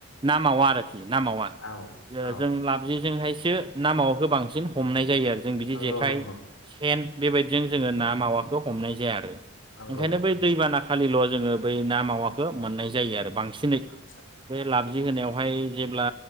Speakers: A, on the right; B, on the left.
A: ना मावा आरो ना मावा।
B: औ
A: ओ
B: औ
A: जों लाबजे जोंहाय सो ना मावखौ बांसिन हमनाय जायो आरो। जों बिदि
B: नंगौ
A: जेखाइ
B: नंगौ
A: सेन बेबायदिजों जोङो ना मावाखौ हमनाय जाया आरो।
B: नंगौ
A: ओंखायनो बै
B: नंगौ
A: दैबाना खालिल' ‌ जोङो बै ना मावाखौ मोननाय जायो आरो बां सिनै
B: आदसा
A: बे लाब जि होनायावहाय जेब्ला